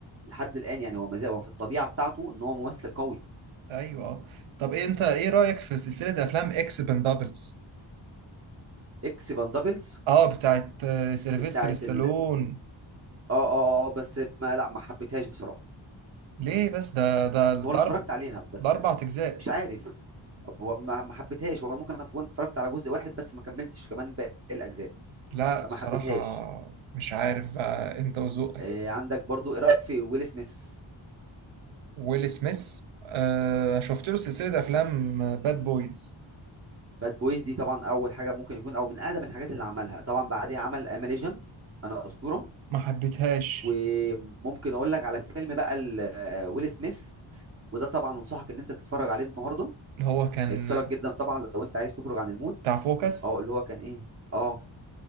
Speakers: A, on the right (about 30°); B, on the right (about 75°).
A: لحد الآن يعني هو مازال هو في الطبيعة بتاعته إن هو ممثل قوي
B: ايوه اه طب إيه انت ايه رايك في سلسله افلام اكس بندابلز
A: إكس باندابلز
B: اه بتاعت آه، سيلفستر
A: بتاعت
B: ستالون
A: ال آه آه آه آه، بس ما لا ما حبيتهاش بصراحة
B: ليه بس ده ده ده
A: هو أنا اتفرجت
B: اربع
A: عليها بس
B: ده اربع اجزاء
A: مش عارف هو ما ما حبيتهاش هو ممكن اكون اتفرجت على جزء واحد بس ما كملتش كمان باقي الاجزاء
B: لا
A: فما
B: الصراحه
A: حبيتهاش
B: مش عارف بقى انت وذوقك
A: إيه عندك برضو ايه رايك في ويل سميث
B: ويل سميث آه شفت له سلسلة أفلام باد بويز
A: باد بويز دي طبعا اول حاجه ممكن يكون او من اقدم الحاجات اللي عملها طبعا بعديها عمل ام ليجند انا اسطوره
B: ما حبيتهاش
A: وممكن اقول لك على فيلم بقى ال- آه، ويل سميث وده طبعا انصحك ان انت تتفرج عليه النهارده
B: اللي هو كان
A: هيفصلك جدا طبعا لو انت عايز تخرج عن المود
B: بتاع فوكس
A: اه اللي هو كان ايه اه